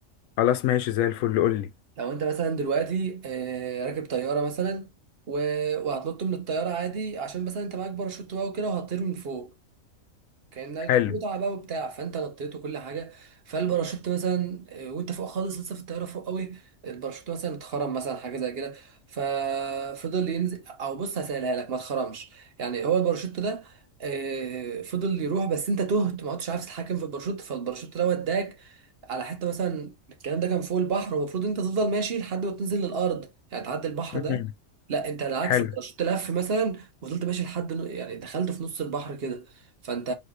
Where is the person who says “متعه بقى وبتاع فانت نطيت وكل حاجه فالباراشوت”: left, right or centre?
Right